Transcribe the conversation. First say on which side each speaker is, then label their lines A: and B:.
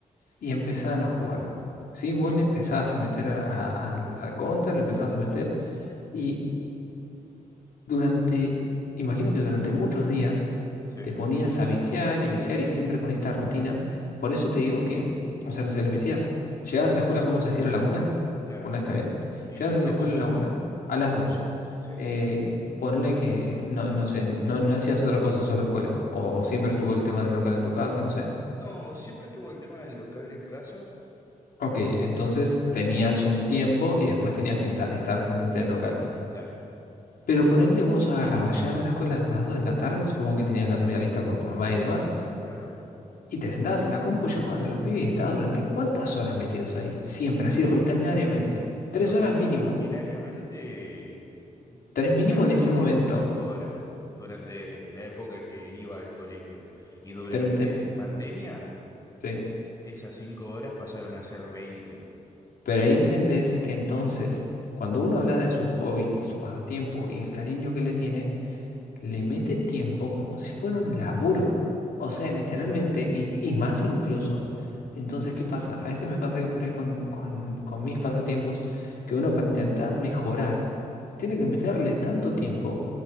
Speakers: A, on the left (about 85°); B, on the left (about 20°).
A: y empezaban a jugar. ¿Sí? Vos le empezabas a meter a- a- al, al counter, le empezabas a meter y durante, imagino que durante muchos días
B: sí,
A: te ponías a viciar y a viciar y siempre con esta rutina. Por eso te digo que, o sea, no se les metías. Llegabas a la escuela, vamos a decir, a la una.
B: claro.
A: Una está bien.
B: Y
A: Llegabas
B: dos,
A: a la escuela a la una, a las dos.
B: sí.
A: Eh, ponle que, no, no sé, no, no hacías otra cosa, solo escuela. O, o siempre estuvo el tema del local en tu casa, no sé.
B: No, siempre estuvo el tema del local en casa,
A: Ok, entonces tenías un tiempo y después tenías que enta- estar pendiente del local.
B: claro,
A: Pero por ende vos agarrabas, llegabas de la escuela a las 2 de la tarde, supongo que tenías la comida lista por tu mamá y demás,
B: claro.
A: y te sentabas en la compu, llamabas a los pibes y estabas durante cuántas horas metidos ahí, siempre,
B: Y
A: así, rutinariamente. Tres
B: rutin-
A: horas mínimo,
B: rutinariamente
A: tres mínimo
B: unas
A: en
B: cinco,
A: ese momento.
B: cinco horas durante la época que iba al colegio. Y durante
A: Pero, enten-
B: pandemia,
A: sí.
B: esas cinco horas pasaron a ser veinte.
A: Pero ahí entendés que entonces, cuando uno habla de su hobby y su pasatiempo y el cariño que le tiene, le mete tiempo como si fuera un laburo. O sea, literalmente,
B: Claro,
A: y, y más incluso. Entonces, ¿qué pasa? A veces me pasa que por ahí con, con, con mis pasatiempos, que uno para intentar mejorar, tiene que meterle tanto tiempo